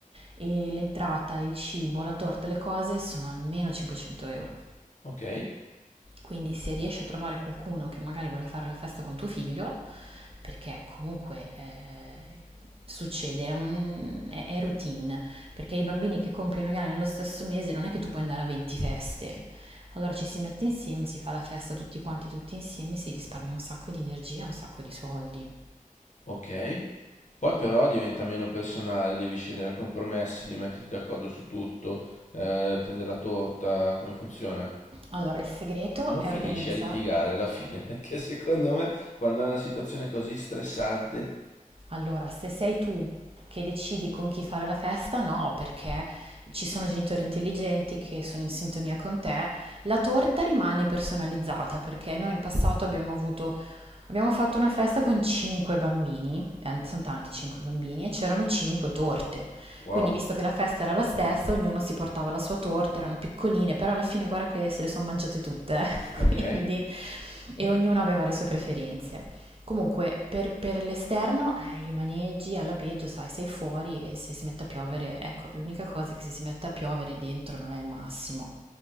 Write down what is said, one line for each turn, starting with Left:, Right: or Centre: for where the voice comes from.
Right: e l'entrata, il cibo, la torta, le cose sono almeno 500 euro.
Left: Ok,
Right: Quindi se riesci a trovare qualcuno che magari vuole fare la festa con tuo figlio, perché comunque eh, succede, è, un- è- è routine, perché i bambini che compiono gli anni nello stesso mese non è che tu puoi andare a 20 feste. Allora ci si mette insieme, si fa la festa tutti quanti, tutti insieme, si risparmia un sacco di energia, un sacco di soldi.
Left: ok. Poi però diventa meno personale, devi scendere a compromessi, devi metterti d'accordo su tutto, eh, prendere la torta, come funziona?
Right: Allora il segreto
Left: Non
Right: è
Left: finisci
Right: organizza-
Left: a litigare alla fine, <laughs> perché secondo me quando è una situazione così stressante,
Right: Allora, se sei tu che decidi con chi fare la festa, no, perché ci sono genitori intelligenti che sono in sintonia con te, la torta rimane personalizzata, perché noi in passato abbiamo avuto, abbiamo fatto una festa con cinque bambini, eh, sono tanti cinque bambini, e c'erano cinque torte.
Left: wow,
Right: Quindi, visto che la festa era la stessa, ognuno si portava la sua torta, erano piccoline, però alla fine guarda che se le sono mangiate tutte, <laughs> eh,
Left: ok.
Right: quindi, e ognuno aveva le sue preferenze. Comunque, per, per l'esterno, eh, i maneggi alla peggio, sai, sei fuori e se si mette a piovere, ecco, l'unica cosa è che se si mette a piovere dentro non è il massimo.